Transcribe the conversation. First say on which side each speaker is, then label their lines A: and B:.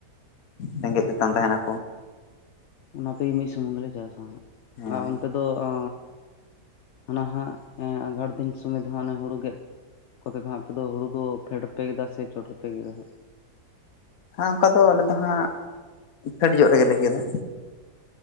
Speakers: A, on the left; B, on the left.
A: ᱨᱮᱜᱮᱡ ᱛᱮᱛᱟᱝ ᱛᱟᱦᱮᱱᱟ
B: ᱚᱱᱟᱛᱮᱜᱮ ᱢᱤᱫ ᱥᱩᱢᱩᱝ ᱜᱮᱞᱮ ᱪᱟᱥᱟᱜ
A: ᱦᱮᱸ
B: ᱟᱨ ᱚᱱᱛᱮ ᱫᱚ ᱚ ᱦᱟᱱᱟ ᱦᱟᱸᱜ ᱟᱸᱜᱷᱟᱬ ᱫᱤᱱ ᱥᱚᱢᱚᱭ ᱫᱚ ᱦᱟᱸᱜ ᱦᱩᱲᱩ ᱜᱮ ᱠᱚᱛᱮ ᱫᱚᱜ ᱟᱯᱮ ᱫᱚ ᱦᱩᱲᱩ ᱫᱚ ᱯᱷᱮᱰ ᱨᱮᱯᱮ ᱠᱮᱫᱟ ᱥᱮ ᱪᱚᱴ ᱨᱮᱯᱮ ᱠᱮᱫᱟ ᱦᱟᱜ
A: ᱦᱮᱸ ᱚᱱᱠᱟ ᱫᱚ ᱟᱞᱮ ᱫᱚ ᱦᱟᱜ ᱯᱷᱮᱰ ᱧᱚᱜ ᱨᱮᱜᱮᱞᱮ ᱜᱮᱫᱟ᱾